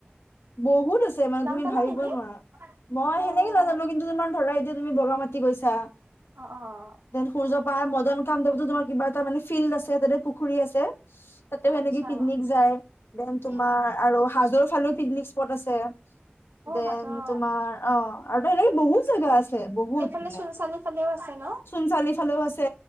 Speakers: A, on the left; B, on the right.
A: বহুত আছে। তে, মানে
B: নাম
A: তুমি
B: জানা
A: ভাবিব
B: নেকি?
A: নোৱাৰা। মই
B: অ',
A: সেনেকে নাজানো, কিন্তু তোমাৰ ধৰা, এতিয়া তুমি বগা মাটি গৈছা।
B: অ', অ',
A: দেন, সূৰ্যপাই, মদন কামদেৱতো তোমাৰ কিবা এটা, মানে, ফিল্ড আছে। তাতে পুখুৰী আছে। তাতে সেনেকে
B: আচ্ছা।
A: পিকনিক যায়। দেন তোমা
B: অ
A: আৰু হাজোৰ ফালে পিকনিক স্পট আছে। দে,
B: হজৰ
A: তোমাৰ অ, আৰু এনেকে বহুত জাগা আছে, বহুত
B: এইফালে
A: মানে।
B: চোনচালি ফালেও আছে ন
A: চোনচালি ফালেও আছে